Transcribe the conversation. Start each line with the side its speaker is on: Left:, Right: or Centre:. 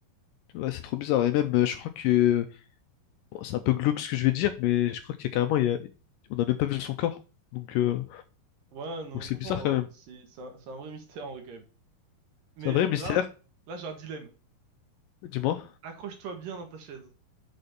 Left: Ouais, c'est trop bizarre. Et même, euh, je crois que. bon, c'est un peu glauque ce que je vais dire, mais je crois qu'il y a carrément. il y a- On n'a même pas vu son corps. Donc, euh,
Right: Ouais, non,
Left: donc c'est
Right: franchement,
Left: bizarre quand même.
Right: c'est c'est un, c'est un vrai mystère en vrai quand même. Mais
Left: C'est un vrai mystère.
Right: là, là j'ai un dilemme.
Left: Dis-moi,
Right: Accroche-toi bien dans ta chaise.